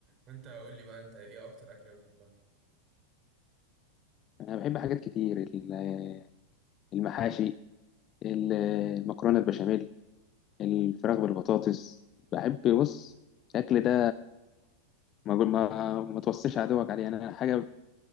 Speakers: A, on the right; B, on the left.
A: وانت قول لي بقى انت ايه اكتر اكله بتحبها
B: انا بحب حاجات كتير ال- المحاشي ال- المكرونه البشاميل الفراخ بالبطاطس بحب بص الاكل ده ما أقول- ما ما توصيش عدوك عليه يعني انا حاجه